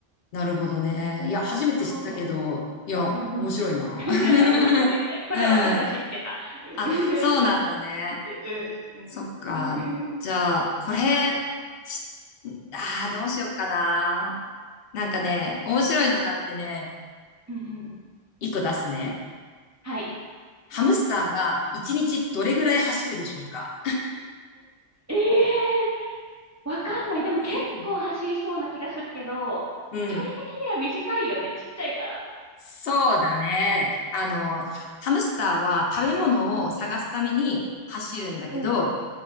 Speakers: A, on the left; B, on the right.
A: なるほどね。いや、初めて知ったけど、
B: そ
A: いや、
B: う。うんうん。
A: 面白いな。
B: <laughs>
A: <laughs>
B: なるほどね。だよね。これは私は知ってた。
A: うん。
B: うん。
A: あ、そうなんだね。
B: <laughs> うん。うん。
A: そっか。
B: <laughs>
A: じゃあ、これ、し、ああ、どうしよっかな。なんかね、面白いのがあってね、
B: うんうん。
A: 一個出すね。
B: はい。
A: ハムスターが一日どれぐらい走るでしょうか
B: うんええわかんない。でも結構走りそうな気がするけど、
A: <laughs> うん。
B: 距離的には短いよね。ちっちゃいから。
A: そうだね。あの、ハハムスターは食べ物を探すために走るんだけど、
B: うんうんうん